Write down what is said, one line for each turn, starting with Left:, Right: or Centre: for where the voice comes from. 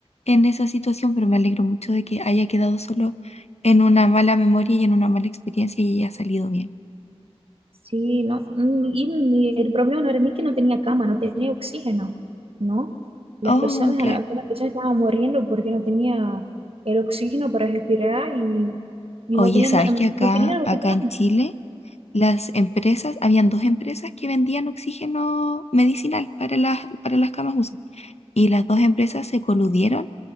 Left: en esa situación, pero me alegro mucho de que haya quedado solo en una mala memoria y en una mala experiencia y haya salido bien.
Right: Sí, no, mm, y ni- el problema no era ni que no tenía cama, no tenía oxígeno, ¿no? Las
Left: Oh,
Right: personas, algunas
Left: claro.
Right: personas estaban muriendo porque no tenía el oxígeno para respirar y, y
Left: Oye,
Right: no tenían
Left: ¿sabes
Right: na- no
Left: que acá,
Right: tenían el hospital.
Left: acá en Chile las empresas, habían dos empresas que vendían oxígeno medicinal para las, para las camas UCI y las dos empresas se coludieron